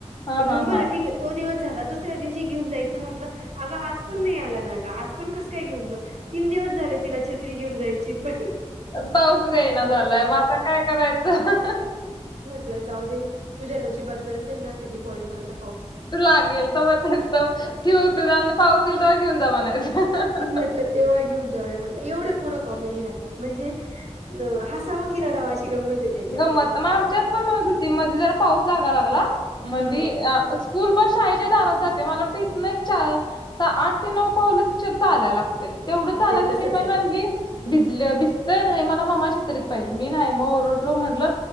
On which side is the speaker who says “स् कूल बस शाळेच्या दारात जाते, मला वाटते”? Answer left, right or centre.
Left